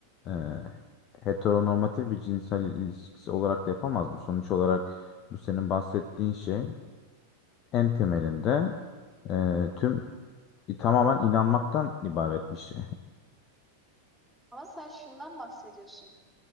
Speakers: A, on the left; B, in the centre.
A: e, heteronormatif bir cinsel ilişkisi olarak da yapamaz mı? Sonuç olarak bu senin bahsettiğin şey en temelinde e, tüm tamamen inanmaktan ibaret bir şey.
B: Ama sen şundan bahsediyorsun.